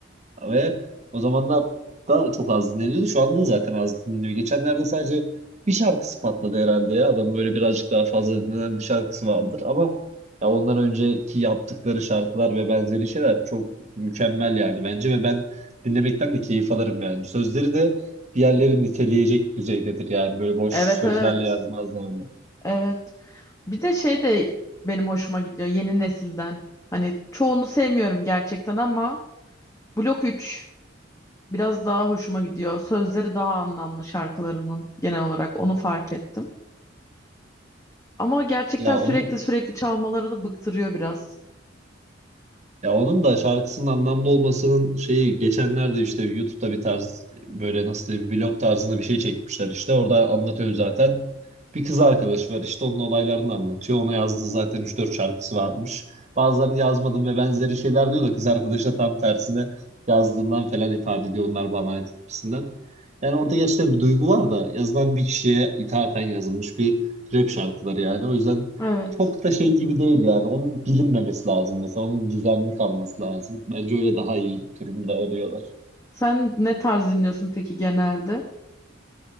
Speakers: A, on the right; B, on the left.
A: Ve o zamanlar da çok az dinleniyordu. Şu anda da zaten az dinleniyor. Geçenlerde sadece bir şarkısı patladı herhalde ya. Adamın böyle birazcık daha fazla dinlenen bir şarkısı vardır. Ama ya ondan önceki yaptıkları şarkılar ve benzeri şeyler çok mükemmel yani bence. Ve ben dinlemekten de keyif alırım yani. Sözleri de bir yerleri niteleyecek düzeydedir yani. Böyle boş
B: Evet
A: sözlerle
B: evet.
A: yazmaz yani.
B: Evet. Bir de şey de benim hoşuma gidiyor yeni nesilden. Hani çoğunu sevmiyorum gerçekten ama Blok 3 Biraz daha hoşuma gidiyor. Sözleri daha anlamlı şarkılarının genel olarak onu fark ettim. Ama gerçekten
A: Ya
B: sürekli
A: onun
B: sürekli çalmaları da bıktırıyor biraz.
A: Ya onun da şarkısının anlamlı olmasının şeyi geçenlerde işte YouTube'da bir tarz böyle nasıl diyeyim vlog tarzında bir şey çekmişler işte orada anlatıyor zaten. Bir kız arkadaşı var işte onun olaylarını anlatıyor. Ona yazdığı zaten üç dört şarkısı varmış. Bazılarını yazmadım ve benzeri şeyler diyor da kız arkadaşı da tam tersine yazdığından falan ifade ediyor onlar bana ait gibisinden. Yani orada gerçekten bir duygu var da yazılan bir kişiye ithafen yazılmış bir rap şarkıları yani. O yüzden
B: Evet.
A: çok da şey gibi değil yani. Onun bilinmemesi lazım mesela. Onun gizemli kalması lazım. Bence öyle daha iyi durumda oluyorlar.
B: Sen ne tarz dinliyorsun peki genelde?